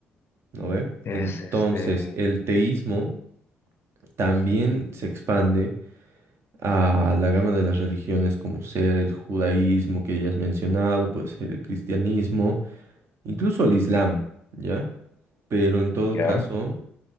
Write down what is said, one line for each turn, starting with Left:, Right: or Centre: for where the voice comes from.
Right: ¿no ve?
Left: Es
Right: Entonces,
Left: este,
Right: el teísmo también se expande a la gama de las religiones como ser el judaísmo que ya has mencionado, puede ser el cristianismo, incluso el islam, ¿ya? Pero en todo
Left: ya,
Right: caso,